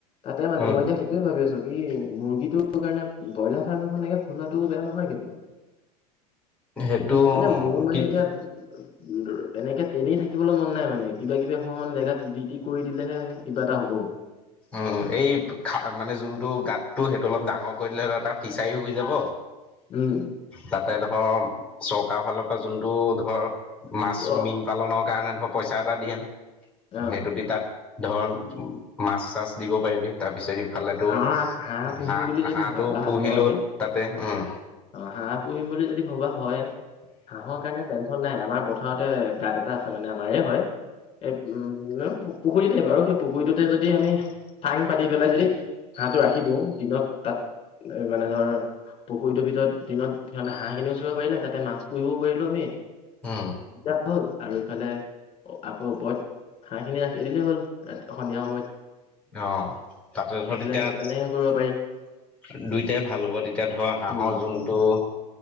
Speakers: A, on the left (about 30°); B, in the centre.
A: তাতে মানে
B: উম,
A: মই এতিয়া সেইটোৱে ভাবি আছো কি মুৰ্গীটো কাৰণে ব্ৰইলাৰ ফাৰ্ম এখনে খোলাটো বেয়া নহয় কিন্তু।
B: সেইটো
A: মানে
B: অ',
A: মোৰ মানে
B: কি
A: এতিয়া তেনেকে তেনেই থাকিবলৈ মন নাই মানে কিবা কিবি হোৱা মানে জেগাত জি টি কৰি দিলেহে কিবা এটা হ'বগৈ।
B: উম এই খা মানে যোনটো গাততটো সেইটো অলপ ডাঙৰ কৰি দিলে হ এটা ফিচাৰীও হৈ যাব।
A: উম্।
B: তাতে ধৰ চৰকাৰৰ ফালৰ পৰা যোনটো ধৰ মাছ
A: অ
B: মীন পালনৰ কাৰণে ধৰক পইচা এটা দে
A: অ
B: সেইটো দি তাত ধ মাছ চাছ দিব। পাৰিবি তাৰ পিছত ইফালো
A: হাঁহ পুহিম
B: হাঁহ
A: বুলি যদি
B: হাঁহটো
A: ভাবা
B: পুহিল
A: হয়
B: তাতে উম।
A: অ হাঁহ পুহিম বুলি যদি ভবা হয় হাঁহৰ কাৰণে টেনচন নাই আমাৰ পথাৰত তে গাত এটা আছে মানে আমাৰ হয় এই উম। পুখুৰীতে বাৰু সেই পুখুৰীটোতে যদি আমি চাং। পাতি পেলাই যদি হাঁহটো ৰাখি দিওঁ দিনত তাত মানে ধৰ পুুৰীটো ভিতৰত দিনত সমানে হাঁহখিনিও চৰিব পাৰিলে তাত মাছ পুহিবও পাৰিলো আমি।
B: উম,
A: যাহ'ল আৰু ইফালে আকৌ ওপৰত হাঁহখিনি ৰাখি দিলেই হ'ল ৰা সন্ধিয়া সময়ত।
B: অ তাতে
A: সেইফালে
B: ধৰত এতিয়া
A: সেইটো তেনেকে কৰিব পাৰি
B: দুইটাই ভাল হ'ব তেতিয়া ধৰ হাঁহৰ
A: উম
B: যোনটো